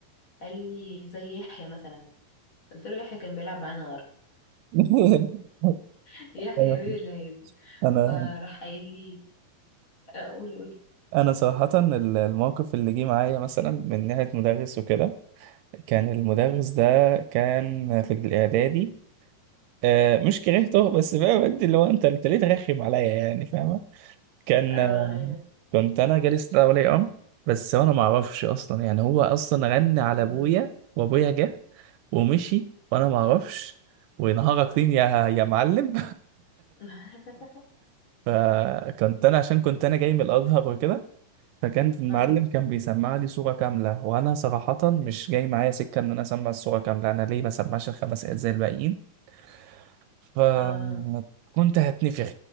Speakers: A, on the left; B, on the right.
A: قال لي زي يحيى مثلا قلت له يحيى كان بيلعب معانا ورا
B: <laughs>
A: <laughs> يحيى
B: ايوه
A: مين اللي هيجي
B: انا
A: فراح قايل لي اقول قولي
B: انا صراحة ال- الموقف اللي جه معايا مثلا من ناحية مدرس وكده كان المدرس
A: قولي.
B: ده كان في الاعدادي آه، مش كرهته بس بقى بدي اللي هو انت انت ليه ترخم عليا يعني كان
A: اه ايوه
B: كنت انا جالس لها ولي امر بس انا ما اعرفش اصلا يعني هو اصلا غنى على
A: امم
B: ابويا وابويا جه ومشي وانا ما اعرفش ونهارك
A: اصلا
B: طين يا
A: بقى
B: يا معلم
A: <laughs>
B: <laughs> فكنت انا عشان كنت انا جاي من الازهر وكده فكان المعلم
A: اه
B: كان بيسمع لي صوره كامله وانا صراحه مش جاي معايا سكه ان انا اسمع الصوره كامله انا ليه ما سمعش الخمس ايات زي الباقيين فكنت
A: اه
B: هتنفخ